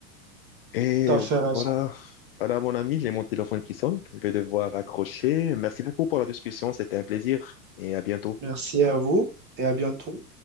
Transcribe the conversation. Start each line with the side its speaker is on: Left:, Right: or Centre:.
Left: Et
Right: Tout à fait raison.
Left: voilà, voilà mon ami, j'ai mon téléphone qui sonne. Je vais devoir accrocher. Merci beaucoup pour la discussion, c'était un plaisir et à bientôt.
Right: Merci à vous et à bientôt.